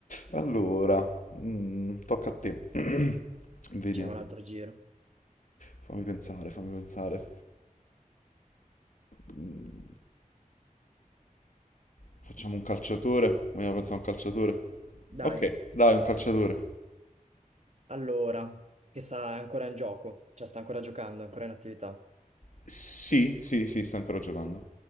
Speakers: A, on the left; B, on the right.
A: Allora, mm, tocca a te. <clears throat> Vediamo.
B: Facciamo un altro giro.
A: Fammi pensare, fammi pensare. Mm, Facciamo un calciatore? Vogliamo pensare a un calciatore?
B: Dai,
A: Ok, dai, un calciatore.
B: allora, che sta è ancora in gioco, cioè sta ancora giocando, è ancora in attività.
A: Sì, sì, sì, sta ancora giocando.